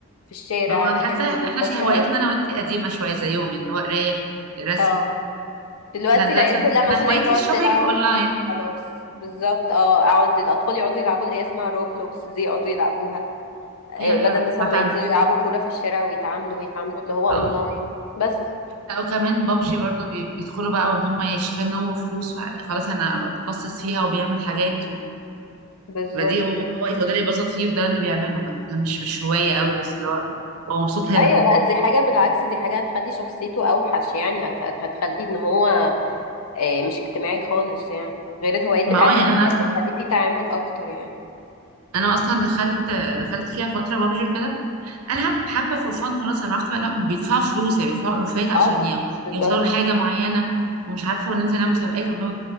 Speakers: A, on the left (about 80°); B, on the right (about 85°).
A: في الشارع
B: ما هو أنا
A: دي
B: حاسة
A: كانت
B: إحنا
A: منتشرة
B: إحنا شي- هواياتنا
A: قوي
B: أنا وأنت قديمة شوية زيهم يعني اللي هو قراية رسم
A: اه دلوقتي
B: أنا دلوقتي
A: العيال كلها
B: أنا
A: مثلا
B: هوايتي
A: هي تقعد
B: الشوبينج
A: تلعب
B: أونلاين
A: خلاص بالظبط اه اقعد الاطفال يقعدوا يلعبوا اللي هي اسمها روبلوكس دي يقعدوا يلعبوها آه،
B: أيوه
A: بدل
B: أيوه
A: مثلا
B: سمعت
A: ما ينزلوا يلعبوا كورة في الشارع ويتعاملوا ويتعاملوا اللي هو اونلاين
B: عنها
A: بس
B: لا وكمان بابجي برضو بي- بيدخلوا بقى وان هم يشحنوا فلوس وح- خلاص انا بتخصص فيها وبيعمل حاجات
A: بالظبط
B: وبديه هو هو هو ده اللي بيبسط فيه وده اللي بيعمله ما- ده مش مش هواية قوي بس اللي هو هو مبسوط هنا
A: ايوه لا دي حاجة بالعكس دي حاجة هتخلي شخصيته اوحش يعني هت هت- هتخلي ان هو آه، مش اجتماعي خالص يعني غير الهوايات
B: ما
A: بتاعت
B: هو يعني
A: زمان
B: انا
A: كانت
B: اصلا
A: بتخلي فيه تعامل اكتر يعني
B: انا اصلا دخلت دخلت فيها فترة بابجي وكده العب حبة فور فان خلاص انا عرفت بقى لا بيدفعوا فلوس يعني بيدفعوا الوفات عشان
A: اه لا
B: ي-
A: مش للدرجة
B: يوصلوا لحاجة معينة ومش عارفة وننزل نعمل مسابقات واللي هو